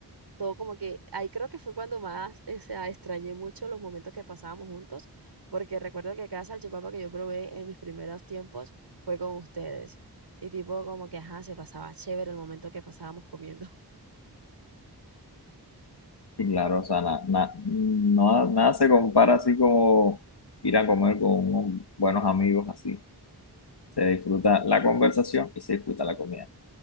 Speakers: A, on the right; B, on the left.
A: todo como que, ahí creo que fue cuando más, o sea, extrañé mucho los momentos que pasábamos juntos, porque recuerdo que cada salchipapa que yo probé en mis primeros tiempos fue con ustedes. Y tipo como que, ajá, se pasaba chévere el momento que pasábamos comiendo.
B: Sí, claro, o sea, na- na- no- nada se compara así como ir a comer con unos buenos amigos así. Se disfruta la conversación y se disfruta la comida.